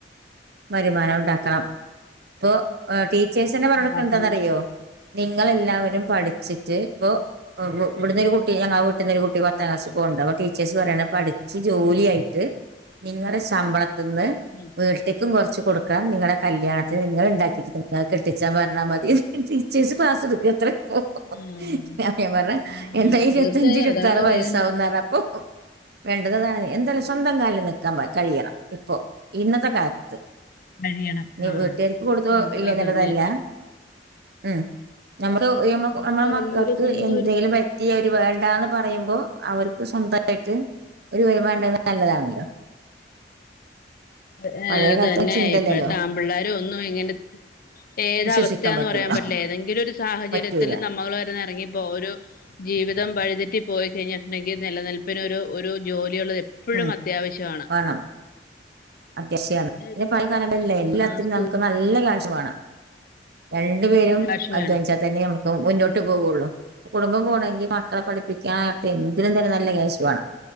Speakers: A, on the right; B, on the left.
A: വരുമാനം ഉണ്ടാക്കണം ഇപ്പോ ആഹ് ടീച്ചേഴ്സ് തന്നെ പറഞ്ഞ്
B: ഇണ്ടാക്കണം
A: കൊടുക്കാ എന്താന്നറിയോ നിങ്ങളെല്ലാവരും പഠിച്ചിറ്റ് ഇപ്പൊ <unintelligible> ഇവിടുന്നരു കുട്ടി ഞങ്ങളെ വീട്ട്ന്നൊരു കുട്ടി പത്താം ക്ലാസ്സി പോണ് ഇണ്ട് അപ്പ ടീച്ചേഴ്സ് പറയാണ് പഠി ച്ച് ജോലിയായിട്ട് നിങ്ങളെ ശമ്പളത്ത്ന്ന്
B: ഉം
A: വീട്ട്ക്കും കുറച്ച് കൊടുക്കാം നിങ്ങളെ കല്യാണത്തിൽ നിങ്ങള് ഇണ്ടാക്കിയിട്ട് നിങ്ങളെ കെട്ടിച്ചാ പറഞ്ഞാ മതി ടീച്ചേസ് ക്ലാസ് എടുക്കും അത്ര അപ്പോ
B: ആഹ്
A: ഞാൻ പറഞ്ഞ്
B: ആഹ്
A: എൻ്റെ ഇരുപത്തഞ്ച്
B: തീർച്ചയായും
A: ഇരുപത്താറ്
B: അതാണ്
A: വയസ്സാകുംന്നറഞ്ഞപ്പോ
B: വേണ്ടത്
A: വേണ്ടത് ഇതാണ് എന്തായാലും സ്വന്തം കാലിൽ നിക്കാൻ കഴിയണം ഇപ്പോ ഇന്നത്തെ കാലത്
B: കഴിയണം
A: ഇനീ
B: ആഹ്
A: വീട്ട്കാര്ക്ക് കൊടുത്ത് ഇല്ലേന്നുള്ളതല്ല
B: അത് തന്നെ
A: ഉം നമ്മക്ക്
B: സ്വന്തം
A: നമ്മള
B: കാലില്
A: മക്കക്ക്
B: ഒരു സ്വന്തം
A: എന്തേലും
B: ഒരു
A: പ റ്റിയവര് വേണ്ടാന്ന് പറയുമ്പോ അവർക്ക് സ്വന്തായിട്ട് ഒരു വരുമാനം ഉണ്ടാവണ നല്ലതാണല്ലോ.
B: ആഹ്
A: പഴയ
B: അതന്നെ
A: കാലത്തെ ചിന്തയില്ലല്ലോ
B: ഇപ്പഴ്ത്തെ ആമ്പിള്ളേരും ഒന്നും ഇങ്ങനെ ഏത്
A: വിശ്വസിക്കാൻ
B: അവസ്ഥയാന്ന്
A: പറ്റൂല
B: പറയാൻ പറ്റില്ല ഏതെങ്കിലും ഒരു സാഹചര്യത്തിൽ
A: പറ്റൂല
B: നമ്മള് വരുന്ന ഇറങ്ങിപ്പോരും ജീവിതം വഴിതെറ്റി പോയി കഴിഞ്ഞിട്ടുണ്ടെങ്കിൽ നിലനിൽപ്പിന് ഒരു ജോലിയുള്ളത് എ എപ്പഴും
A: ഉം
B: അത്യാവശ്യമാണ്
A: വേണം അത്യാവശ്യാണ്
B: അത്
A: <unintelligible>
B: നമ്മള്
A: എല്ലാത്തിനും
B: ആഹ് സ്കൂ
A: നമുക്ക് നല്ല ക്യാഷ് വേണം രണ്ടു പേരും
B: ക്യാഷ്
A: അധ്വനിച്ച
B: വേണം
A: തന്നെ നമുക്ക് മുന്നോട്ട് പോവുള്ളൂ കുടുംബം പോണെങ്കി മക്കളെ പഠിപ്പിക്കാൻ എന്തിനും തന്നെ നല്ല ക്യാഷ് വേണം